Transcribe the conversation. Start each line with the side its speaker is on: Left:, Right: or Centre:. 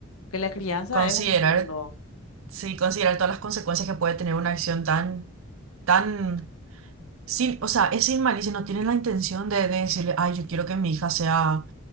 Left: Que la crianza
Right: Considerar,
Left: es un mundo.
Right: sí, considerar todas las consecuencias que puede tener una acción tan, tan, sin, o sea, es sin malicia, no tienen la intención de, de decirle, ay, yo quiero que mi hija sea